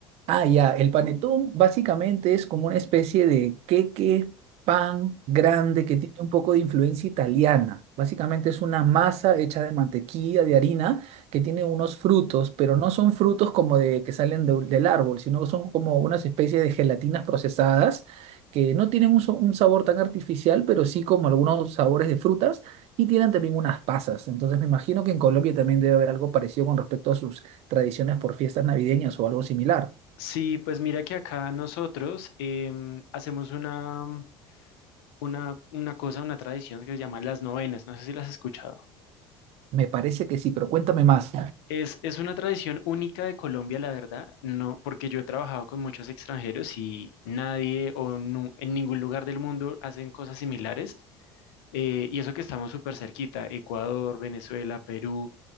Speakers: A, on the right (about 50°); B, on the left (about 65°).
A: Ah, ya, el panetón básicamente es como una especie de queque, pan grande que tiene un poco de influencia italiana. Básicamente es una masa hecha de mantequilla, de harina, que tiene unos frutos, pero no son frutos como de que salen de- del árbol, sino que son como unas especies de gelatinas procesadas que no tienen un, so- un sabor tan artificial, pero sí como algunos sabores de frutas y tienen también unas pasas. Entonces me imagino que en Colombia también debe haber algo parecido con respecto a sus tradiciones por fiestas navideñas o algo similar.
B: Sí, pues mira que acá nosotros em, hacemos una, una, una cosa, una tradición que se llama las novenas. No sé si las has escuchado.
A: Me parece que sí, pero cuéntame más.
B: Es, es una tradición única de Colombia, la verdad, no, porque yo he trabajado con muchos extranjeros y nadie o nu- en ningún lugar del mundo hacen cosas similares. eh, y eso que estamos súper cerquita, Ecuador, Venezuela, Perú.